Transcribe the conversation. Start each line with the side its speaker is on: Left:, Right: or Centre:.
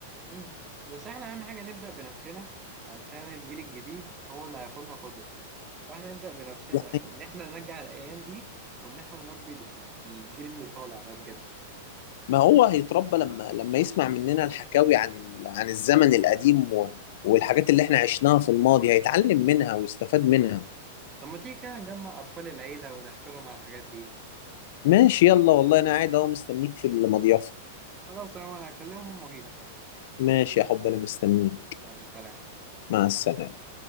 Right: مم. بس احنا أهم حاجة نبدأ بنفسنا عشان الجيل الجديد هو اللي هياخدنا قدوة فاحنا نبدأ بنفسنا
Left: يعني
Right: ان احنا نرجع الايام دي وان احنا نربي ال- الجيل اللي طالع ده بجد
Left: ما هو هيتربى لما لما يسمع مننا الحكاوي عن ال... عن الزمن القديم و... والحاجات اللي احنا عشناها في الماضي هيتعلم منها ويستفاد منها
Right: طب ما تيجي كده نجمع اطفال العيلة ونحكي لهم على الحاجات ديت
Left: ماشي يلا والله انا قاعد اهو مستنيك في المضيافة
Right: خلاص يا عمر هكلمهم واجيلك
Left: ماشي يا حب انا مستنيك
Right: يلا سلام
Left: مع السلامة